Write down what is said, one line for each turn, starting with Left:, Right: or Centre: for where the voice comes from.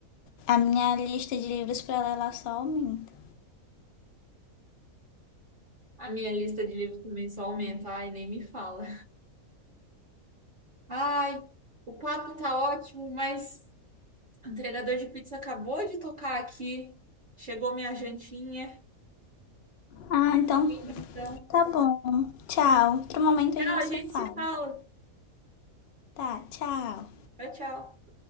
Left: A minha lista de livros para ler ela só aumenta.
Right: A minha lista de livros também só aumenta. Ai, nem me fala. Ai, o papo tá ótimo, mas o entregador de pizza acabou de tocar aqui. Chegou minha jantinha.
Left: Ah, então
Right: Então,
Left: tá bom. Tchau. Outro momento a
Right: tchau,
Left: gente
Right: a
Left: se
Right: gente
Left: fala.
Right: se fala.
Left: Tá, tchau.
Right: Tchau, tchau.